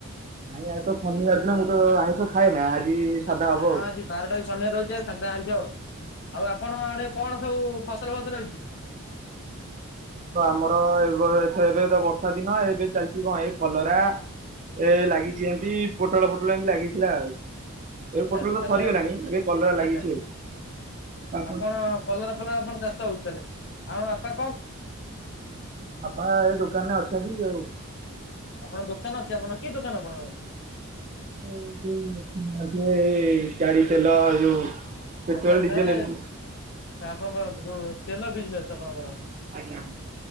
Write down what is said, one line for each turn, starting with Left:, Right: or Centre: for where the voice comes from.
Right: ନାଇଁ ଆଜି ତ ଶନିବାର ଦିନ ମୁଁ ତ ଆଇଁଷ ଖାଏନା ଆଜି ସାଧା
Left: <unintelligible>
Right: ହବ
Left: ହଁ
Right: ଆଉ।
Left: ଆଜି ବାରଟା ବି ଶନିବାର ରହୁଛି ଆଜି ସାଧା <unintelligible> ଆଉ ଆପଣ ଆଡେ କଣ ସବୁ ଫସଲ ଫସଲ ହେଇଛି?
Right: ତ ଆମର ଏବ ଏଥ ଏବେ ତ ବର୍ଷା ଦିନ ଏବେ ଚାଲଚି କଣ ଏଇ କଲରା ଏ ଲାଗିଛି ଏମତି ପୋଟଳ ଫୋଟଳ ଏମତି ଲାଗିଥିଲା ଆଉ। ଏବେ
Left: ଆଚ୍ଛା
Right: ପୋଟଳ
Left: ଆଚ୍ଛା
Right: ତ
Left: ତାହେଲେ
Right: ସରିଗଲାଣି ଏବେ କଲରା ଲାଗିଛି
Left: ଆଚ୍ଛା
Right: ଆଉ ତା
Left: ଆପଣ କଲରା ଫଲରା କଣ ଚାଷ ହଉଛି ତାହେଲେ ଆଉ ଆଛା
Right: ଆପଣ ଏ ଦୋକାନରେ ଅଛନ୍ତି ଆଉ।
Left: ଆପଣ ଦୋକାନ ଅଛି ଆପଣଙ୍କ କି ଦୋକାନ ଆପଣଙ୍କର?
Right: <unintelligible> ଏ ଗାଡି ତେଲ ଯୋଉ ପେଟ୍ରୋଲ
Left: ଆଚ୍ଛା ଆଚ୍ଛା
Right: ଡିଜେଲ
Left: ଏ
Right: ଏମିତି
Left: ଆପଣଙ୍କ ଯୋଉ ତେଲ ବିଜନେସ ଆପଣଙ୍କର?
Right: ଆଜ୍ଞା।